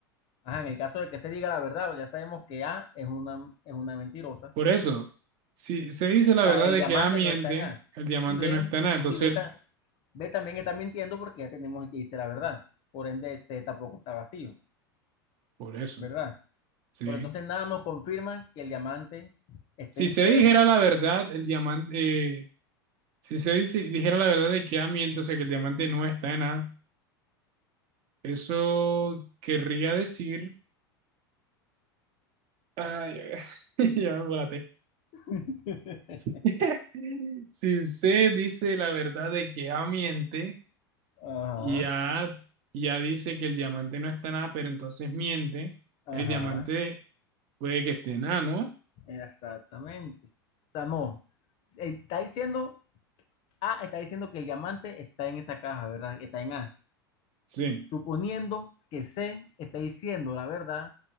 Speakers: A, on the left; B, on the right.
A: Ajá, en el caso de que se diga la verdad, ya sabemos que A es una, es una mentirosa. O
B: Por eso, si se dice la
A: sea,
B: verdad
A: el
B: de
A: diamante
B: que A miente,
A: no está en A.
B: el diamante
A: Y B,
B: no está nada. Entonces,
A: y B, ta- B también está mintiendo porque ya tenemos que dice la verdad. Por ende, C tampoco está vacío,
B: por eso,
A: ¿verdad?
B: ¿sí?
A: Pero entonces nada nos confirma que el diamante está
B: Si
A: en
B: se
A: SEO.
B: dijera la verdad, el diamante, eh, si se dice, dijera la verdad de que A miente, o sea, que el diamante no está en A, eso querría decir, ay, <laughs> ya me embolaté.
A: <laughs>
B: <laughs> Si C dice la verdad de que A miente
A: Ajá,
B: y A ya dice que el diamante no está en A, pero entonces miente,
A: ajá,
B: el diamante puede que esté en A, ¿no?
A: exactamente. Samo, está diciendo A, está diciendo que el diamante está en esa caja, ¿verdad? Está en A.
B: Sí,
A: Suponiendo que C está diciendo la verdad,